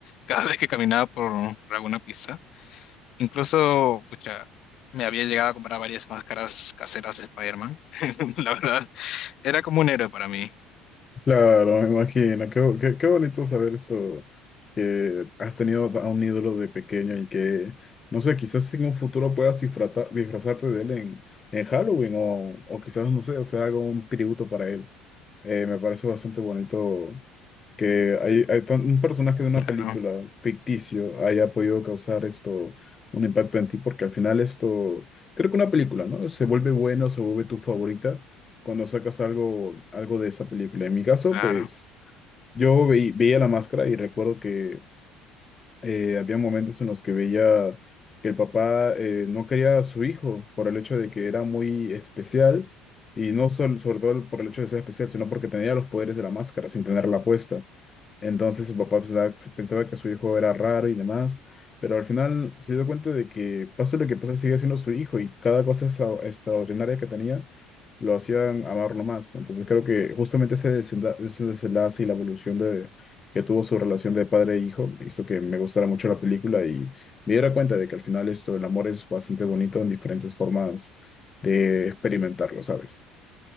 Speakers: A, on the left; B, on the left.
A: cada vez que caminaba por, por alguna pista. Incluso, pucha, me había llegado a comprar varias máscaras caseras de Spider-Man. <laughs> La verdad, era como un héroe para mí.
B: Claro, me imagino. Qué, bo- qué, qué bonito saber eso, que has tenido a un ídolo de pequeño y que, no sé, quizás en un futuro puedas disfrata- disfrazarte de él en, en Halloween o, o quizás, no sé, hacer algo, un tributo para él. Eh, me parece bastante bonito que hay, hay tan- un personaje de una
A: Claro,
B: película ficticio haya podido causar esto, un impacto en ti, porque al final esto, creo que una película, ¿no? Se vuelve bueno, se vuelve tu favorita cuando sacas algo, algo de esa película. En mi caso,
A: claro.
B: pues yo veí- veía La Máscara y recuerdo que eh, había momentos en los que veía que el papá eh, no quería a su hijo por el hecho de que era muy especial y no sol- sobre todo por el hecho de ser especial, sino porque tenía los poderes de la máscara sin tenerla puesta. Entonces el papá pensaba, pensaba que su hijo era raro y demás, pero al final se dio cuenta de que pase lo que pase sigue siendo su hijo y cada cosa extra- extraordinaria que tenía lo hacían amarlo más. ¿no? Entonces creo que justamente ese, desenda- ese desenlace y la evolución de, que tuvo su relación de padre e hijo hizo que me gustara mucho la película y me diera cuenta de que al final esto, el amor es bastante bonito en diferentes formas de experimentarlo, ¿sabes?